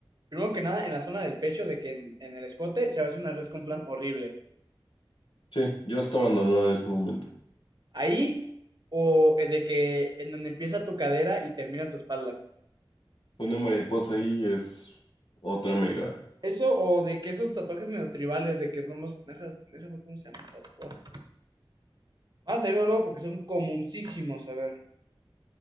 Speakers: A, on the right (about 50°); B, on the left (about 70°).
A: primero que nada, en la zona del pecho, de que en, en el escote se hace una res con flan horrible.
B: Sí, yo estaba abandonado en ese momento.
A: Ahí, o eh, de que en donde empieza tu cadera y termina tu espalda.
B: Una mariposa ahí es otra mega.
A: Eso o de que esos tatuajes medios tribales, de que somos. Dejas, déjame ver cómo se llama el tatuaje. Vas a irlo luego porque son comuncísimos, a ver.